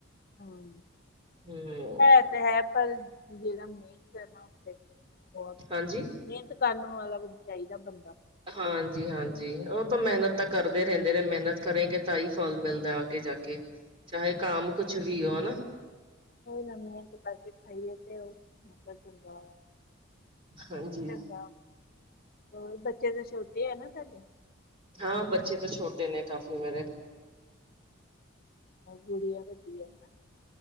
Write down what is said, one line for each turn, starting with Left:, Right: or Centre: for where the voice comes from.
Left: ਹਾਂ
Right: ਹਮ।
Left: ਹੈ ਹੈ ਪਰ ਜਿਹੜਾ ਮੇਨਤ ਕਰਨਾ ਉੱਥੇ ਬਹੁਤ ਮ
Right: ਹਾਂਜੀ
Left: ਮੇਹਨਤ ਕਰਨ ਵਾਲਾ ਚਾਹੀਦਾ ਬੰਦਾ।
Right: ਹਾਂਜੀ-ਹਾਂਜੀ ਉਹ ਤਾਂ ਮਿਹਨਤ ਤਾਂ ਕਰਦੇ ਰਹਿੰਦੇ ਨੇ, ਮਿਹਨਤ ਕਰੇਗੇ ਤਾਂ ਹੀ ਫਲ ਮਿਲਦਾ ਅੱਗੇ ਜਾ ਕੇ। ਚਾਹੇ ਕਾਮ ਕੁਛ ਵੀ ਹੋ ਹਨਾ।
Left: ਕੋਈ ਨਾ ਮੇਹਨਤ ਇੱਕ ਪਸੇ ਖਾਈਏ ਤੇ ਉਹ ਖਾਧਾ ਚੰਗਾ ਆ।
Right: ਹਾਂਜੀ
Left: ਚੰਗਾ। ਹੋਰ ਬੱਚੇ ਤਾਂ ਛੋਟੇ ਆ ਨਾ ਤੁਹਾਡੇ।
Right: ਹਾਂ, ਬੱਚੇ ਤਾਂ ਛੋਟੇ ਨੇ ਕਾਫ਼ੀ ਮੇਰੇ।
Left: ਗੁੜੀਆ ਵੱਡੀ ਹੈ ਹਨਾ।